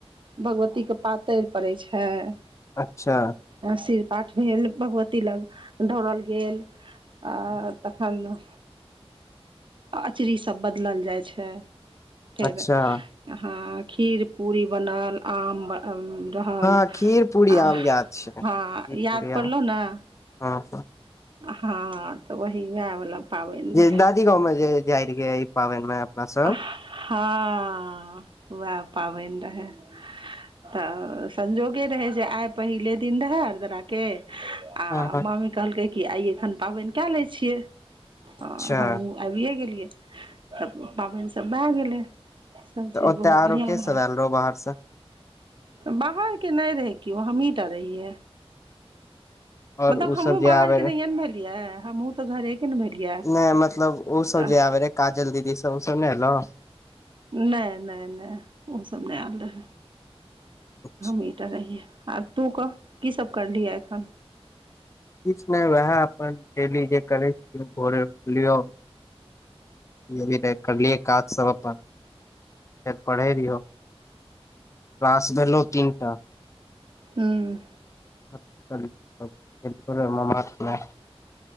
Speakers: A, on the right; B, on the left.
A: भगवती के पातरि पड़ै छैय।
B: अच्छा
A: शिरपाठ भेल भगवती लग धोड़ल गेल आ तखन उ अँचरीसभ बदलल जाइ छैय फेर
B: अच्छा
A: हँ खीर पूरी बनल आम रहल
B: हँ खीर पूरी
A: आ
B: आम याद छै
A: हँ
B: खीर
A: याद
B: पूरी आम
A: पड़लहुँ न
B: हँ
A: हँ तऽ वही वएह वला पाबनि
B: जे
A: रहै
B: दादी गाँवं जे जाइ रहियै ई पाबनि मे अपना सब
A: हँ उएह पाबनि रहै तऽ संजोगे रहै जे आइ पहिले दिन रहय अदराके आ
B: हँ हँ,
A: मामी कहलकै क आइ एखन पाबनि क ले छीिये
B: अच्छा
A: हमहु आबिये गेलियै तब पाबनि सब भए गेलै सब
B: तऽ
A: चीज
B: ओते
A: बहुत
B: आरो
A: बढ़िया
B: के सब
A: रहले
B: आयल रहो बाहर से
A: बाहर के नहि रहे केओ हमहीं टा रहियै
B: ओर
A: मतलब
B: ओ सब
A: हमहूँ
B: जे
A: बाहरके
B: आबे रहे
A: नहिए ने भेलियै हमहूँ तऽ घरेके ने भेलियै
B: नहि मतलब ओ सब
A: तऽ
B: जे आबे रहे काजल दीदी सब उसब नहि एलो
A: नहि नहि नहि ओ सब नहि आयल रहै
B: किछु
A: हम ईटा रहियै आ तू कह की सब करलियहे एखन
B: किछु नहि उएह अपन डेली जे करै छिय भोरे उठलियौ य भी त करलियै काज सब अपन पढ़ै रहियौ क्लास भेलहु तीनटा
A: हुँ
B: <unintelligible> खेल ममा मे